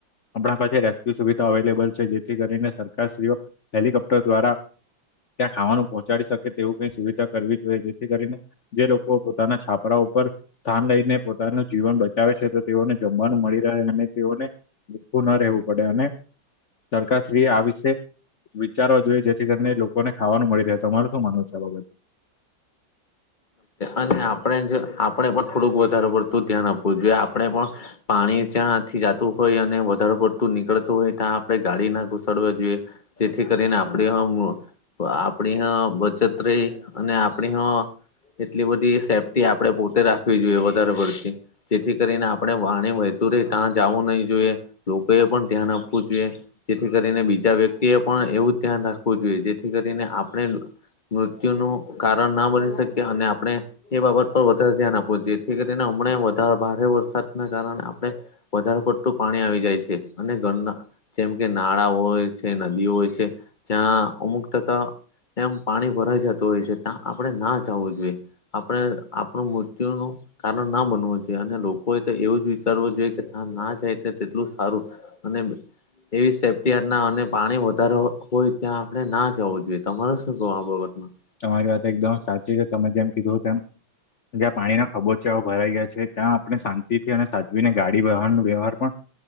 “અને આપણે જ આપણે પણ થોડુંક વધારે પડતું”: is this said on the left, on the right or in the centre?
Left